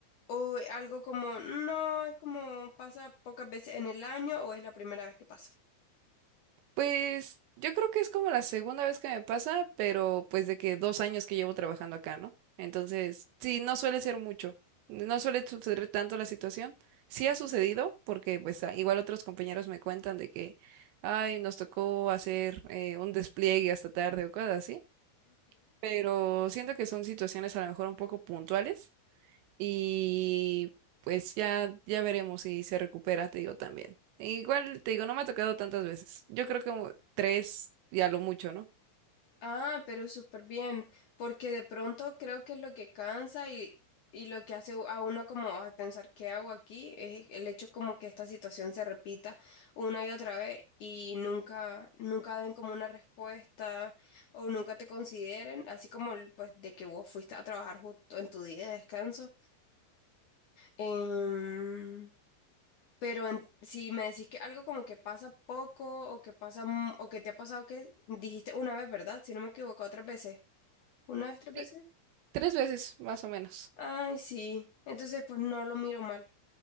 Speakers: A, on the left (about 65°); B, on the right (about 75°).
A: ¿O algo como, no, es como pasa pocas veces en el año o es la primera vez que pasa?
B: Pues yo creo que es como la segunda vez que me pasa, pero pues de que dos años que llevo trabajando acá, ¿no? Entonces, sí, no suele ser mucho, no suele suceder tanto la situación. Sí ha sucedido, porque pues a- igual otros compañeros me cuentan de que, ay, nos tocó hacer eh, un despliegue hasta tarde o cosas así, pero siento que son situaciones a lo mejor un poco puntuales y pues ya, ya veremos si se recupera, te digo también. E Igual, te digo, no me ha tocado tantas veces. Yo creo que como tres y a lo mucho, ¿no?
A: Ah, pero súper bien, porque de pronto creo que es lo que cansa y, y lo que hace a uno como "Ay, pensar qué hago aquí es el hecho como que esta situación se repita una y otra vez y nunca, nunca den como una respuesta o nunca te consideren, así como el, pues de que vos fuiste a trabajar justo en tu día de descanso. Em, pero en- si me decís que algo como que pasa poco o que pasa mu- o que te ha pasado que dijiste una vez, ¿verdad? Si no me equivoco, otras veces. ¿Una vez tres veces?
B: Sí, tres veces, más o menos.
A: Ay, sí. Entonces, pues no lo miro mal.